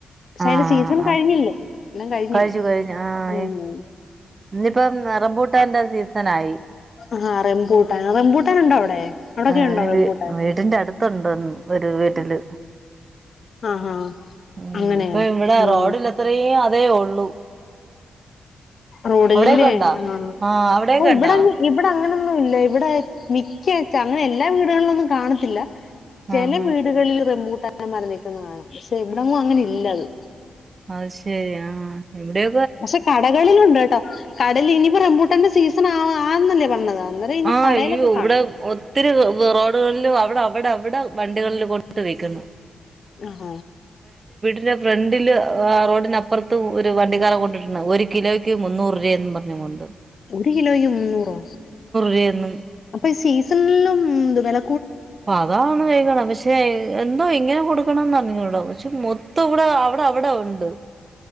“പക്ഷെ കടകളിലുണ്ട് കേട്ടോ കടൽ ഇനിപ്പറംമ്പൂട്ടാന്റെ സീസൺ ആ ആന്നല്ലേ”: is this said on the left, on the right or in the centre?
Left